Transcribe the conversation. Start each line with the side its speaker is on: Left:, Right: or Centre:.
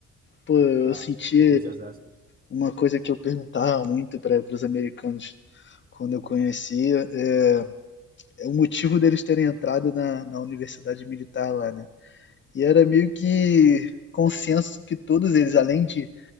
Left: Pô, eu
Right: ah,
Left: senti
Right: os exércitos?
Left: Uma coisa que eu perguntava muito para os americanos quando eu conhecia é é o motivo deles terem entrado na, na universidade militar lá, né? E era meio que consenso que todos eles, além de